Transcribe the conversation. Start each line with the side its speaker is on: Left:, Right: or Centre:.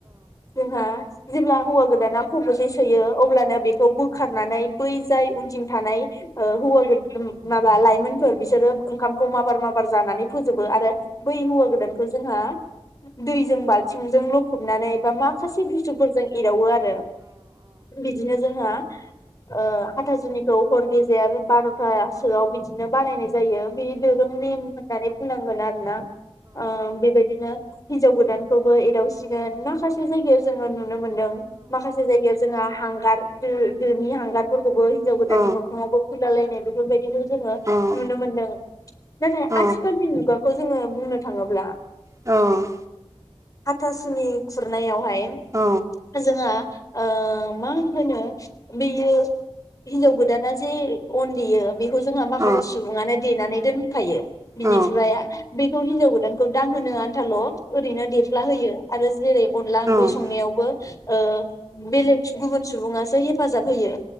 Left: जोंहा जेब्ला हौवा गोदाना खबसे सोयो अब्लानो बेखौ बोखारनानै बै जाय उनथिं थानाय ओ हौवा गोदान माबा लाइमोनफोर बिस बिसोरो ओंखामखौ माबार माबार जानानै फोजोबो आरो बै हौवा गोदानखौ जोंहा दैजों बालथिंजों लखबनानै बा माखासे बुस्थुफोरजों एदावो आर रो बिदिनो जोंहा ओ हाथासुनिखौ हर गेजेर बार'थासोआव बिदिनो बानायनाय ज जायो। बे दोरों नेम होननानै, होनांगोन आरोना ओ बेबायदिनो हिनजाव गोदानखौबो एदावसिगोन माखासे जायगायाव जोङो नुनो, मोनदों माखासे जायगायाव जोंहा, दार ओ दोनि हांगारफोरखौबो हिजाव गोदान,
Right: औ
Left: गोदाननि मोखांङावबो फुनला लाय बेफोरबायदिनो जोङो,
Right: औ औ
Left: नुनो मोनदों नाथाय
Right: औ
Left: आथिखालनि मुगाखौ जोङो बुंनो थाङोब्ला,
Right: औ
Left: हाथासुनि खुरनायावहाय,
Right: औ
Left: जोङो ओ मा होनो बेयो हिनजाव गोदाना जे अन देयो बे बेखौ जोङा माखासे
Right: औ
Left: देनानै दोनखायो बिनिफ्राय
Right: औ
Left: बेखौ हिनजाव गोदानखौ दांहोनो आन्थाल' ओरैनो देफ्ला होयो आरो जेरै अनला
Right: औ
Left: ओंख्रि संनायावबो, ओ बेलेग गुबुन सुबुंङा‌, हेफाजाब होयो